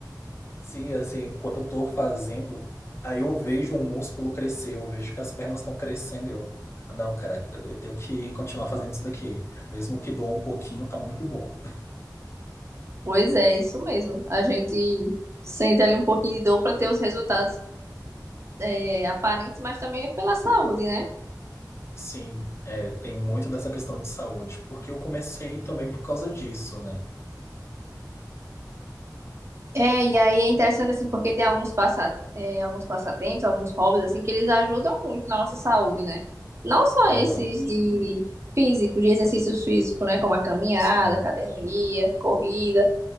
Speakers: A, on the left; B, on the right.
A: Sim, assim, quando eu tô fazendo, aí eu vejo o músculo crescer, eu vejo que as pernas estão crescendo, eu, "Ah, não, caraca, eu tenho que continuar fazendo isso daqui, mesmo que doa um pouquinho, tá muito bom.
B: pois é, isso mesmo. A gente sente ali um pouquinho de dor para ter os resultados é, aparentes, mas também é pela saúde, né?
A: Sim, é, tem muito dessa questão de saúde, porque eu comecei também por causa disso, né?
B: É, e aí é interessante assim, porque tem alguns, passa, é, alguns passatempos, alguns hobbies assim, que eles ajudam muito na nossa saúde, né? Não só
A: Aham,
B: esses de físico, de exercícios físicos, né? Como a caminhada,
A: sim,
B: academia, corrida,